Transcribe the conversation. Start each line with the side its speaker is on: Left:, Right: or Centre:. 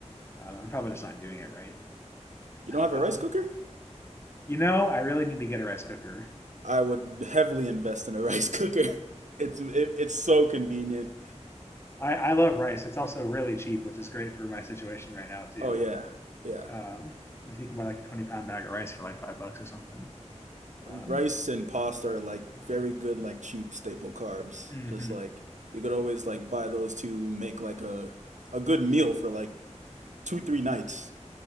Left: Um, I'm probably just not doing it right.
Right: You don't have
Left: Um,
Right: a rice cooker?
Left: you know, I really need to get a rice cooker.
Right: I would heavily invest in a <laughs> rice cooker. It's it, it's so convenient.
Left: I, I love rice. It's also really cheap, which is great for my situation right now too.
Right: Oh yeah, yeah.
Left: Um, if you can buy like a 20 pound bag of rice for like five bucks or something.
Right: Rice
Left: Um,
Right: and pasta are like very good, like cheap staple carbs.
Left: hmm
Right: Just like you could always like buy those to make like a a good meal for like two three nights.